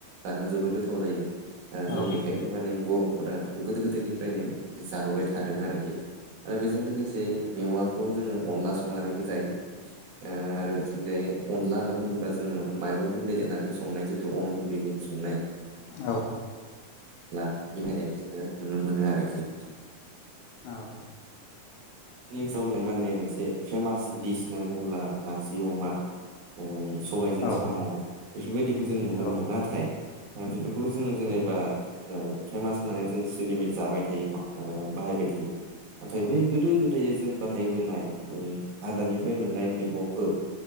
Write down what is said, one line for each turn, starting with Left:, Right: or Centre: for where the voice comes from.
Right: जानो जबोद गोथाव जायो ओ जों
Left: औ
Right: बेखायनो माने बर' बेखौ गोदो गोदायनिफ्रायनो जाबोबाय थादों आरोखि आरो बेजों लोगोसे मेवाखौ जोङो अनला संनानैबो जायो ओ आरो बिथिं जे अनला होनना बुङोब्ला जोङो माइरं गुन्दै देरनानै संनाय जितु अन गुन्दै जों संनाय
Left: औ
Right: ब्ला बेखायनायखौ जोङो नुनो मोनो आरोखि।
Left: औ
Right: नि ओनसोलाव मोननाय माने मोनसे फेमास दिस होननानै बुङोब्ला नारजि अमा ओ सबायजों
Left: औ
Right: साम' इफोरबायदिखौ जों नुनो
Left: औ
Right: मोनो नाथाय बेफोरखौल' जोङो जेनेबा ओ फेमास होननानै जों सोलिबाय जाबाय थायो ओ बाहायबाय थायो। थायो नाथाय बै गोदो गो जों बाहायबोनाय बै हाग्रानिफ्राय मोननाय मैगंफोर